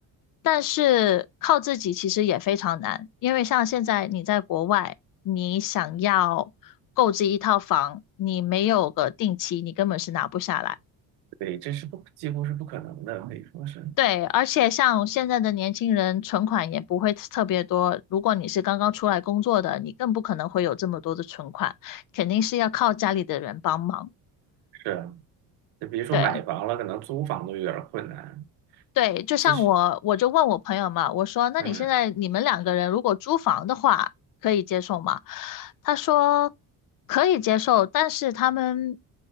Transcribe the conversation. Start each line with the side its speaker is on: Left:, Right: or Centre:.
Left: 但是靠自己其实也非常难，因为像现在你在国外，你想要购置一套房，你没有个定期，你根本是拿不下来。
Right: 对，这是不几乎是不可能的，可以说是
Left: 对，而且像现在的年轻人，存款也不会特别多。如果你是刚刚出来工作的，你更不可能会有这么多的存款，肯定是要靠家里的人帮忙。
Right: 是，就如说买房了，
Left: 对。
Right: 可能租房都有点儿困难。
Left: 对，就像我，
Right: 其实，
Left: 我就问我朋友嘛，我说，那你现在你们两个人如果租房的话，
Right: 嗯。
Left: 可以接受吗？他说可以接受，但是他们